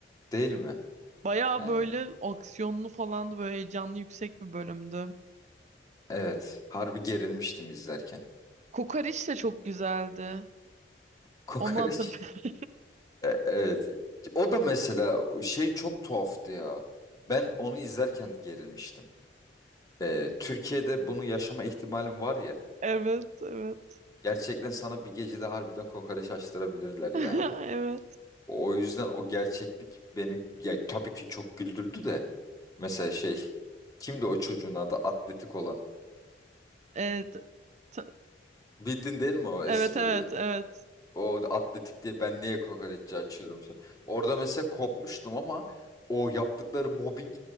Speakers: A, on the left; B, on the right.
A: değil mi?
B: Bayağı
A: Yani
B: böyle aksiyonlu falandı böyle heyecanlı yüksek bir bölümdü.
A: evet. Harbi gerilmiştim izlerken.
B: Kokoreç de çok güzeldi.
A: <laughs> Kokoreç.
B: Onu hatırlar. <laughs>
A: E, evet. O da mesela şey çok tuhaftı ya. Ben onu izlerken de gerilmiştim. E, Türkiye'de bunu yaşama ihtimalim var ya.
B: Evet, evet.
A: Gerçekten sana bir gecede harbiden kokoreç açtırabilirler yani.
B: <laughs> Evet.
A: O o yüzden o gerçeklik beni ya, tabii ki çok güldürdü de. Mesela şey kimdi o çocuğun adı atletik olan?
B: Evet. T-
A: Bildin değil mi o espriyi?
B: Evet, evet, evet. Evet,
A: O atletik diye ben niye kokoreççi açıyorum şu an? Orada mesela kopmuştum ama o yaptıkları mobbing